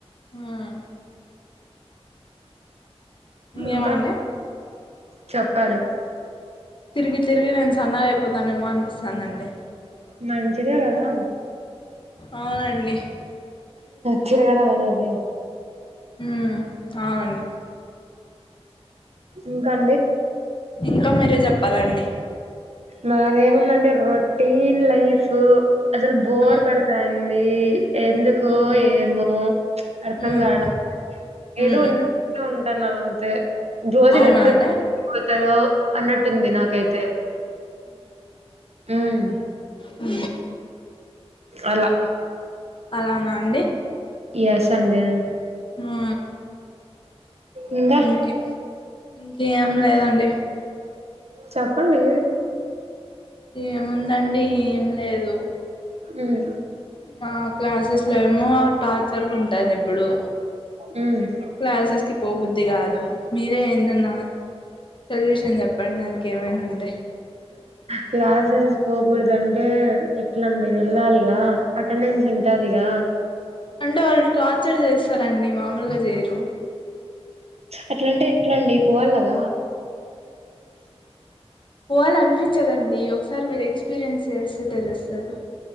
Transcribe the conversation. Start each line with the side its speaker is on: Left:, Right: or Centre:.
Left: మ్మ్ ఏవండీ
Right: ఇంకా చెప్పాలి
Left: తిరిగి తిరిగి నేను సన్న అయిపోతానమో అనిపిస్తాదండి
Right: మంచిదే కదా
Left: అవునండి
Right: తిరగడం అనేది
Left: ఉ అవునండి
Right: ఇంకా అండి
Left: ఉ ఇంకా మీరే చెప్పాలండి
Right: నాదేముందండి రొటీన్ లైఫు అసలు బోర్
Left: మ్మ్
Right: కడతా యే ఎందుకో
Left: మ్మ్
Right: ఏమో అర్థం
Left: మ్మ్
Right: కావటం ఏదో
Left: మ్మ్
Right: ఉన్నామంటే ఉన్నాం ఉంటానం అంతే రోజులు
Left: అవునా
Right: ఎప్పుడెప్పుడు
Left: అండి
Right: పోతాయో అన్నట్టుంది నాకైతే ఉమ్
Left: ఉ
Right: అలా
Left: అలానా అండి
Right: ఎస్ అండి
Left: ఆ
Right: ఇంగా
Left: ఇంకేం ఇంకేం లేదండి
Right: చెప్పండి
Left: ఏముందండి ఏం లేదు
Right: మ్మ్
Left: మా క్లాసెస్ లో మో టార్ ర్చర్ కుంటది ఇప్పుడు
Right: మ్మ్
Left: క్లాసెస్ కి పో బుద్ది ద్ది గాదు మీరే ఏందన్నా సొల్యూషన్ చెప్పండి దానికి ఏమైనా ఉంటే
Right: క్లాసెస్ పోగూడదు అంటే ఎట్లండి ఎళ్ళాలిగా అటెండెన్స్ ఉంటదిగా
Left: అంటే వాల్ టార్చర్ చేస్తారండి మాముూలుగా జేయరు
Right: అట్లంటే ఎట్లండి పోవాలిగద
Left: పోవాలనిపించదండి ఒకసారి మీరు ఎక్స్పీరియన్స్ చేస్తే తెలుస్తది వస్తది